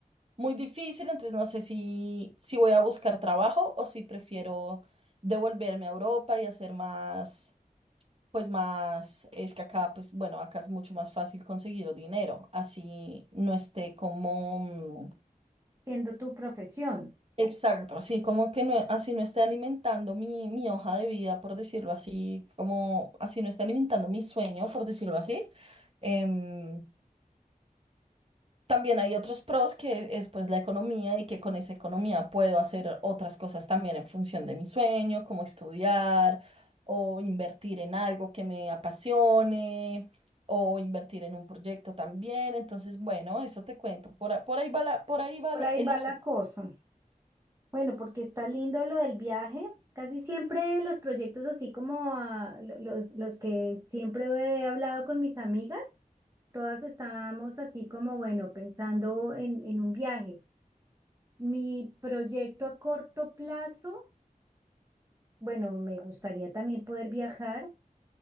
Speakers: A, on the right; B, on the right.
A: muy difícil, entonces no sé si, si voy a buscar trabajo o si prefiero devolverme a Europa y hacer más. Pues más, es que acá, pues bueno, acá es mucho más fácil conseguir dinero, así no esté como, mm,
B: siendo tu profesión.
A: exacto, así como que no, así no esté alimentando mi, mi hoja de vida, por decirlo así, como así no esté alimentando mi sueño, por decirlo así. em, También hay otros pros que es pues la economía y que con esa economía puedo hacer otras cosas también en función de mi sueño, como estudiar o invertir en algo que me apasione o invertir en un proyecto también. Entonces, bueno, eso te cuento. Por, a- por ahí va la- por ahí va
B: Por
A: la-
B: ahí
A: el
B: va
A: asunto.
B: la cosa. Bueno, porque está lindo lo del viaje. Casi siempre los proyectos así como ah, lo- los, los que siempre he hablado con mis amigas, todas estábamos así como, bueno, pensando en en un viaje. Mi proyecto a corto plazo, bueno, me gustaría también poder viajar,